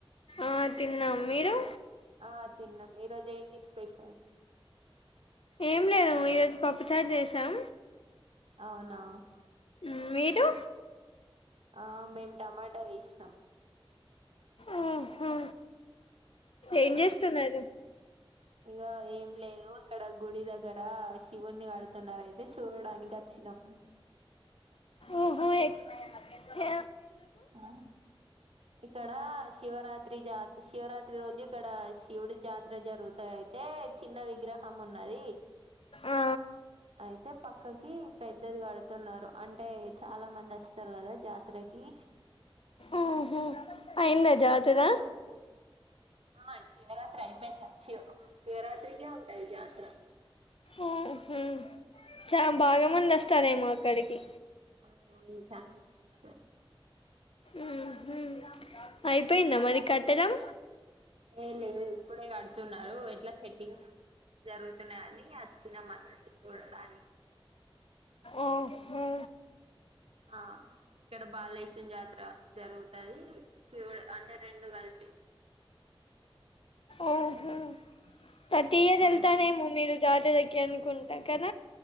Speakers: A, on the left; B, on the right.
A: ఆ తిన్నాం మీరు
B: ఆ తిన్నాం ఈరోజేంటి స్పెషల్
A: ఏం లేదు ఈరోజు పప్పుచారు జేసాం
B: ఔనా.
A: ఊమ్ మీరు.
B: ఆ మేమ్ టమాటా యేష్నం.
A: ఊహు ఏం జేస్తుందది.
B: ఇగ ఏం లేదు ఇక్కడ గుడి దగ్గర శివుణ్ణి కడుతున్నారు అయితే సూడానికి వచ్ నం
A: ఆహా ఎ య
B: అ ఇక్కడా శివరాత్రి జాత్ శివరాత్రి రోజిక్కడా శివ్డి జాత్ర జరుగుతాదై తే చిన్న విగ్రహమున్నది.
A: ఆ.
B: ఐతే పక్కకి పెద్దద్ గడ్తున్నారు అంటే చాలా మందొస్తర్ గదా జాతరకి
A: ఓహో అయిందా జాతర
B: సోపు ఆ శివరాత్రై పెయి్ందిగద శివ్ శివరాత్రికే ఉంటాది జాత్ర.
A: ఊహు చా బాగమొందొస్తారేమో అక్కడికి
B: ఔనవ్ను చాలా మందొస్తార్.
A: ఊమ్హు ఐపొయ్ంద మరి కట్టడం.
B: ఏ లేదు ఇప్పుడే గడుతున్నారు ఎట్లా సెట్టింగ్స్ జరుగుతున్నాయని అచ్చినామన్నాట చూడడానికి.
A: ఓహో
B: ఆ ఇక్కడ బాలేశం జాతర జరుగుతాది శివ్డు అంటె రెండు గల్
A: ఓహో ప్రతి ఇయరెళ్తారేమో
B: అవును.
A: మీరు జాతరకి అనుకుంట కద.